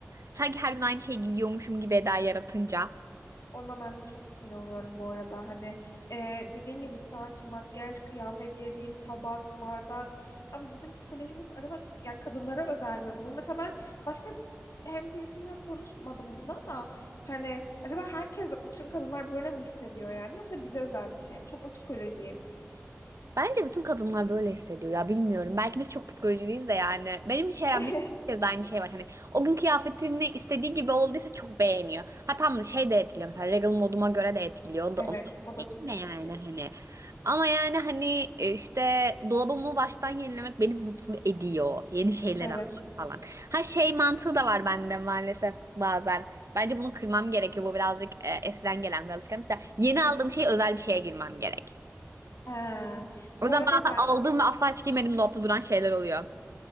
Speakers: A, on the right; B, on the left.
A: Sanki her gün aynı şeyi giyiyormuşum gibi eda yaratınca.
B: Ona ben de çok sinir oluyorum bu arada. Hani e, dediğin gibi saç, makyaj, kıyafet, yediğin tabak, bardak. Abi bizim psikolojimiz acaba yani kadınlara özel mi bu? Mesela ben başka hem cinsimle konuşmadım bunu ama hani acaba herkes, bütün kadınlar böyle mi hissediyor yani? Yoksa bize özel bir şey mi? Çok mu psikolojiyiz?
A: Bence bütün kadınlar böyle hissediyor ya bilmiyorum. Belki biz çok psikolojiciyiz de yani. Benim çevremde
B: <laughs>
A: herkes de aynı şey var. Hani o gün kıyafetini istediği gibi olduysa çok beğeniyor. Ha tam şey de etkiliyor mesela regal moduma göre de etkiliyor. Onu da,
B: Evet,
A: onu da
B: o da çok
A: ne
B: etkiliyor.
A: yani hani. Ama yani hani e, işte dolabımı baştan yenilemek beni mutlu ediyor. Yeni şeyler
B: Evet.
A: almak falan. Ha şey mantığı da var bende maalesef bazen. Bence bunu kırmam gerekiyor. Bu birazcık e, eskiden gelen bir alışkanlık da. Yeni aldığım şey özel bir şeye girmem gerek.
B: Ha.
A: O
B: Bu
A: zaman
B: arada o
A: ben
B: ben
A: de aldığım ve asla hiç giymediğim dolapta duran şeyler oluyor.